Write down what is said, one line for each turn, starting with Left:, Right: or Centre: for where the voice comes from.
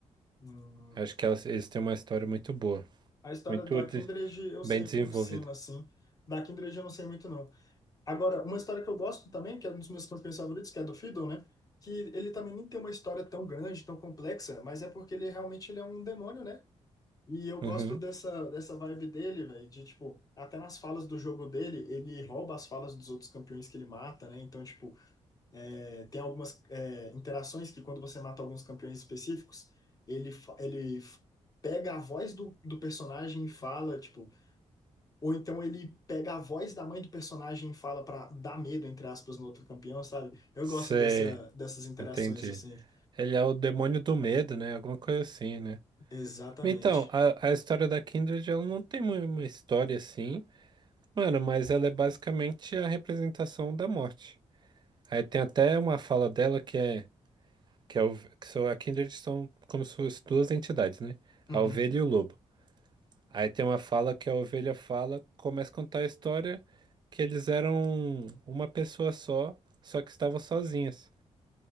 Left: Hum,
Right: Acho que elas, eles têm uma história muito boa.
Left: A história
Right: Muito
Left: do
Right: de-
Left: Kindred eu
Right: bem
Left: sei
Right: desenvolvida.
Left: por cima, assim. Da Kindred eu não sei muito, não. Agora, uma história que eu gosto também, que é um dos meus campeões favoritos, que é do Fiddle, né? Que ele também nem tem uma história tão grande, tão complexa, mas é porque ele realmente ele é um demônio, né? E eu gosto
Right: Uhum.
Left: dessa, dessa vibe dele, velho, de tipo, até nas falas do jogo dele, ele rouba as falas dos outros campeões que ele mata, né? Então, tipo, é, tem algumas é, interações que quando você mata alguns campeões específicos, ele, fa- ele f- pega a voz do, do personagem e fala, tipo, ou então ele pega a voz da mãe do personagem e fala pra dar medo, entre aspas, no outro campeão, sabe? Eu
Right: Cê,
Left: gosto dessa, dessas interações,
Right: entendi.
Left: assim.
Right: Ele é o demônio do medo, né? Alguma coisa assim, né?
Left: Exatamente.
Right: Então, a, a história da Kindred, ela não tem mu- uma história assim, mano, mas ela é basicamente a representação da morte. Aí tem até uma fala dela que é que, é, o- que são, a Kindred são como se fossem duas entidades, né?
Left: Uhum.
Right: A ovelha e o lobo. Aí tem uma fala que a ovelha fala, começa a contar a história que eles eram uma pessoa só, só que estavam sozinhas.